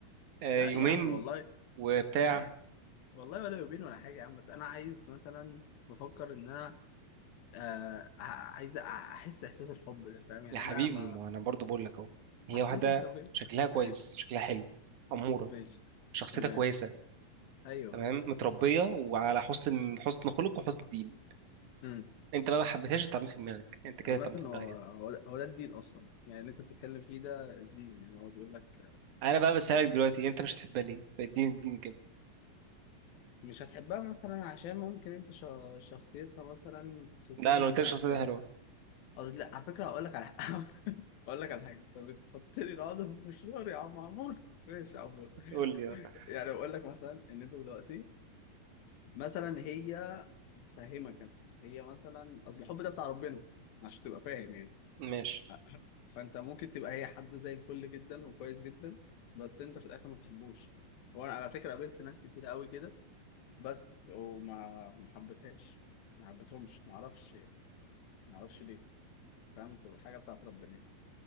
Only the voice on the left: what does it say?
لا
يا عم والله
لا يا. والله ولا يبين ولا حاجه يا عم بس انا عايز مثلا بفكر ان انا آه ع- عايز أ- احس احساس الحب ده فاهم يعني
انا ما
حسيته
انت فين
ايوه
ماشي
تمام
ايوه
امم
عامة
هو
هو ده هو ده الدين أصلا يعني اللي أنت بتتكلم فيه ده الدين يعني هو بيقول لك
ال-
مش هتحبها مثلا عشان ممكن أنت ش- شخصيتها مثلا تكون
مش
عاجباك
قصدي لا على فكرة هقول لك على حاجة <laughs> هقول لك على حاجة طب انت حط لي العقدة في مشوار يا عم عمور ماشي يا عمور
يعني بقول لك مثلا ان انت دلوقتي مثلا هي هفهمك انا هي مثلا اصل الحب ده بتاع ربنا عشان تبقى فاهم يعني
آه، فانت ممكن تبقى هي حد زي الفل جدا وكويس جدا بس انت في الاخر ما تحبوش وانا على فكرة قابلت ناس كتير قوي كده بس وما ما حبيتهاش ما حبيتهمش ما اعرفش يعني ما اعرفش ليه فاهم تبقى حاجة بتاعت ربنا يعني.